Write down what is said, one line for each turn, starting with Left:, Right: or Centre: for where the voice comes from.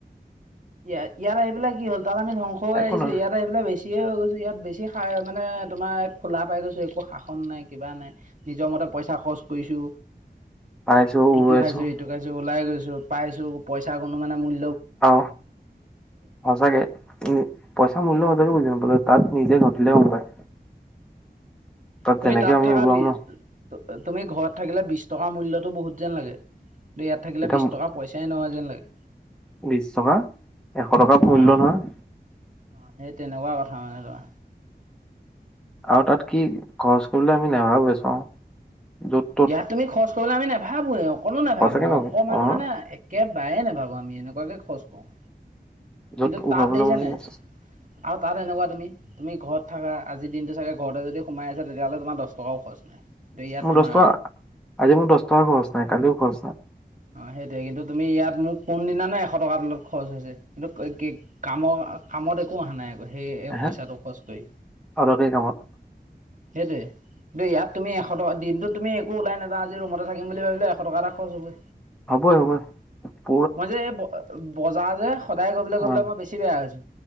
Right: ইয়া ইয়াত আহি পেলাই কি হ'ল তাত আমি ধ্বংস হৈ
Centre: একো
Right: আহিছো
Centre: নহয়
Right: ইয়াত ই এইবিলাক বেছিয়ে হৈ গৈছো ইয়াত বেছি হাৰ মানে তোমাৰ খোলা পাই গৈছোঁ একো শাখ সন নাই কিবা নাই নিজৰ মতে পইচা খৰচ কৰিছো
Centre: পাইছোঁ উৰুৱাইছোঁ
Right: ইটো খাইছো সিটো তাছত ওলাই গৈছো পাইছো পইচা কোনো মানে মুল
Centre: অ সঁচাকে উম পইচা মূল্য সচাঁকে বুজি নাপালোঁ তাত নিজে ঘটিলে গম পায়
Right: তুমি
Centre: যেনেকে
Right: তাত
Centre: আমি
Right: থাকা
Centre: উৰুৱাও
Right: যি
Centre: ন'
Right: তু তুমি ঘৰত থাকিলে বিশ টকা মূল্যতো বহুত যেন লাগে ইয়াত থাকিলে
Centre: এতিয়া
Right: বিশ টকা পইচা পইছাই নহয় যেন লাগে
Centre: বিশ টকা এশ টকা মূল্য
Right: অ
Centre: নহয়
Right: অ সেই তেনেকুৱা কথা মানে ধৰা
Centre: আৰু তাত কি খৰচ কৰিবলে আমি নাভাবোৱেই চাওঁ যত ত'ত
Right: ইয়াত তুমি খৰচ কৰিবলে আমি নেভাবোৱে অকণো নাভাবোঁ
Centre: সঁচাকে নকওঁ
Right: অকণমানো
Centre: অ',
Right: মানে একেবাৰেেই নাভাবো আমি এনেকুৱাকে খৰছ কৰোঁ
Centre: য'ত
Right: কিন্তু
Centre: উৰুৱাবলৈ
Right: তাত দেখিছা
Centre: মন
Right: নাই
Centre: যায়
Right: আৰু তাত এনেকুৱা তুমি তুমি ঘৰত থাকা আজিৰ দিনটো চাগে ঘৰতে যদি সোমাই আছা তেতিয়াহ'লে তোমাৰ দছ টকাও খৰচ নাই কিন্তু ইয়াত
Centre: মোৰ
Right: তোমাৰ
Centre: দছ টকা আজি মোৰ দছ টকা খৰচ নাই কালিও খৰচ নাই
Right: অ সেইটোৱে কিন্তু তুমি ইয়াত মোৰ কোনদিনানো এশ টকা তলত খৰচ হৈছে কিন্তু ক কে কামৰ কামত একো অহা নাই আক সেই
Centre: এহে
Right: পইচাটো খৰচ কৰি
Centre: অদৰকাৰী কামত
Right: সেইটোয়ে দেই ইয়াত তুমি এশ টকা দিনটো তুমি একো ওলাই নযাও আজি ৰুমতে থাকিম বুলি ভাবিলেও এশ টকা এটা খৰচ হবই
Centre: হ'বই হ'বই ক
Right: তে এ বঅঅ বজাৰ যে সদায় গৈ পেলে গৈ
Centre: অ
Right: পেলে মই বেছি বেয়া হৈছো